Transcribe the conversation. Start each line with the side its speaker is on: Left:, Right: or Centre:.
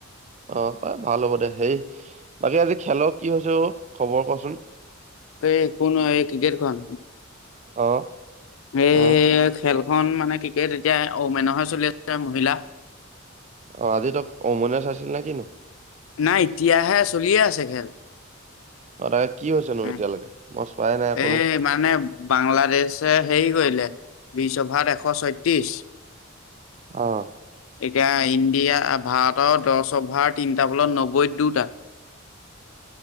Right: অ পাই ভাল হ'ব দে। হেৰি বাকী আজি খেলৰ কি হৈছে অ খবৰ কচোন?
Left: এই কোন এই ক্ৰিকেটখন
Right: অ
Left: এই
Right: অ
Left: খেল খন মানে ক্ৰিকেট এতিয়া অ মেনৰহে চলি আছে মহিলা
Right: অ আজি ত ৱমেনচৰ আছিল নে কিনো?
Left: নাই এতিয়াহে চলিয়ে আছে খেল।
Right: অ তা কি হৈছেনো
Left: উম,
Right: এতিয়ালৈকে মই চোৱাই নাই অকনো
Left: এই মানে বাংলাদেশ সেই- কৰিলে বিশ অভাৰ এশ ছয়ত্ৰিশ।
Right: অহ
Left: এতিয়া ইণ্ডিয়া ভাৰতৰ দহ অভাৰ তিনিটা বলত নব্বৈত দুটা। <unintelligible>